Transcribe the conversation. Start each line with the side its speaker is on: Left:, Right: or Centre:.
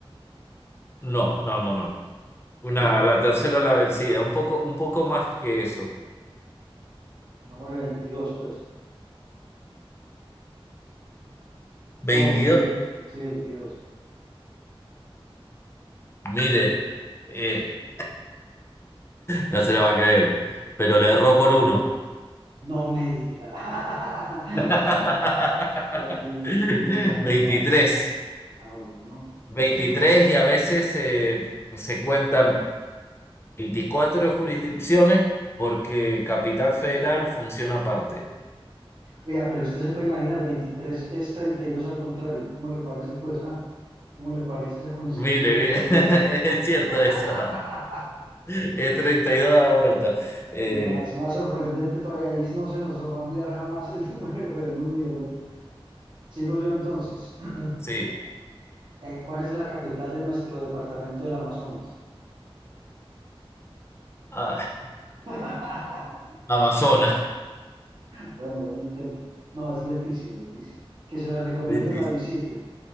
Left: No, no, no, no. Una, la tercera la vencida, un poco, un poco más que eso.
Right: Pongámosle veintidós, pues.
Left: Veintidós.
Right: No, veintidós. Sí, 22.
Left: Mire, eh, no se lo va a creer, pero le erró por uno.
Right: No me diga. <laughs>
Left: <laughs>
Right: Y aquí utilizando
Left: 23,
Right: la Ah, bueno. Bueno,
Left: 23
Right: eso no sé.
Left: y a veces eh, se cuentan 24 jurisdicciones porque Capital Federal funciona aparte.
Right: Oiga, pero usted se puede imaginar, 23 es 32 al contrario. ¿Cómo le parece, pues, ah? ¿Cómo le parece esa coincidencia
Left: Mire,
Right: tan
Left: mire,
Right: extraordinaria?
Left: <laughs> es cierto
Right: <laughs>
Left: eso. Es 32 a la vuelta. Eh,
Right: Y más, más sorprendente todavía, ahí no se nos va a olvidar jamás el <laughs> número del uno y del otro. Sigo yo entonces. <clears throat>
Left: sí.
Right: Eh, ¿cuál es la capital de nuestro departamento del Amazonas?
Left: Ah,
Right: <laughs>
Left: Amazonas.
Right: Bueno, buen intento. No, es Leticia, Leticia. Que se la recomiendo
Left: Betis.
Right: la visite.